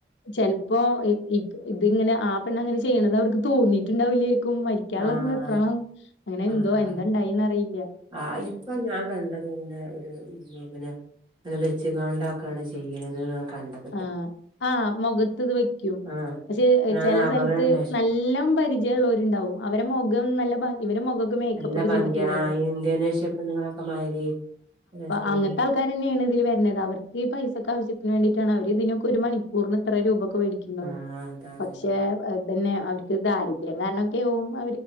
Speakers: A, on the left (about 85°); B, on the right (about 25°).
A: ചിലപ്പോ ഇത് ഇങ്ങനെ ആ പെണ്ണ അങ്ങനെ ചെയ്യണത് അവർക്ക് തോന്നിട്ടുണ്ടാവില്ലരിക്കും മരിക്കാനുള്ള
B: ആഹ്
A: എപണം അങ്ങനെ
B: ആഹ്
A: എന്തോ എന്താണ്ടായിന്ന് അറിയില്ല
B: ആഹ് ഇപ്പൊ ഞാൻ കണ്ടത് അങ്ങനെ പിന്നെ അങ്ങനെ വെച്ചുകാണ്ടാക്കാണ് ചെയ്യണത് കണ്ടത്
A: ആഹ് ആഹ് മുഖത്ത് ഇത് വെക്കും
B: ആഹ്
A: പക്ഷെ
B: ഞാൻ
A: ചില
B: അപകടം
A: സ്ഥലത്ത്
B: ഉണ്ടായി
A: നല്ല പരിചയമ ഉള്ള ഉണ്ടാവും അവരെ മുഖം നല്ല ഇവ മുഖ ഒെ
B: നല്ല ഭംഗിയ
A: ചെയ്തിട്ട അൊ
B: ആ ഇന്തോനേഷ്യ പെണ്ണുങ്ങളൊക്കെ മാതിരി രസള്ളത്
A: അങ്ങട്ട ഇക്ക തെയാണ് ഇതിൽ വരുന്നത് അവർക്ക് ഈ പൈസൊക്ക ആവശ്യത്തിന് വേണ്ടിട്ട അവ ഇതിനൊെ ഒരു മണിക്കൂറിന് ഇത്ര രൂപൊക്കെേിക്കും
B: ആഹ് അതാണ്
A: പക്ഷേ
B: അതാണ്.
A: തന്നെ അവർക്ക് ദാരിര്യം കാരണം ഒക്കെ ആക്പ